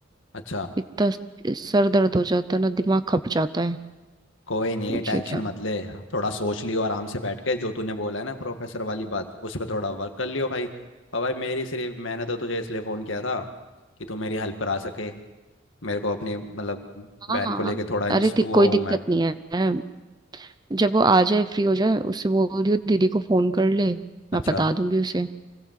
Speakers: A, on the left; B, on the right.
A: अच्छा
B: इतना सर दर्द हो जाता है ना दिमाग खप जाता है
A: कोई नहीं
B: तुझे
A: टेंशन
B: क्या
A: मत ले थोड़ा सोच लियो आराम से बैठ के जो तूने बोला है ना प्रोफेसर वाली बात उस पर थोड़ा वर्क कर लियो भाई और भाई मेरी सिर्फ मैंने तो तुझे इसलिए फ़ोन किया था कि तू मेरी हेल्प करा सके मेरे को अपनी मतलब
B: हाँ
A: बहन
B: हाँ
A: को लेके थोड़ा ins-
B: अरे दि-
A: वो
B: कोई दिक्कत
A: हूँ मैं
B: नहीं है जब वो आ जाए फ्री हो जाए उससे बोल दियो दीदी को फोन कर ले
A: अच्छा
B: मैं बता दूंगी उसे